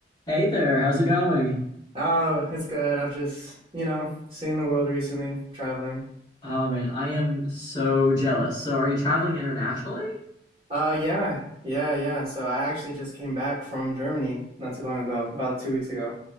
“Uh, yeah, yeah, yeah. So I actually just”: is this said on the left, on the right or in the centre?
Right